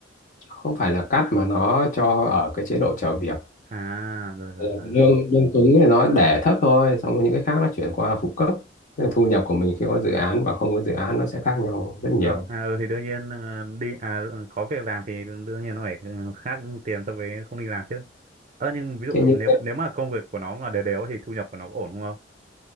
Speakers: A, on the left; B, on the right.
A: không phải là cắt mà nó cho ở cái chế độ chờ việc
B: à rồi rồi
A: Ờ,
B: rồi rồi
A: lương lương cứng thì nó để thấp thôi xong rồi những cái khác nó chuyển qua phụ cấp Nên thu nhập của mình khi có dự án và không có dự án nó sẽ khác nhau rất nhiều
B: Ờ, à, ừ, thì đương nhiên ờ, đi à ừ, có việc làm thì đương nhiên nó phải ừ, khác tiền so với không đi làm chứ. Ờ nhưng ví dụ
A: thế nhưng
B: nếu nếu mà công việc của nó mà đều đều thì thu nhập của nó có ổn không ông?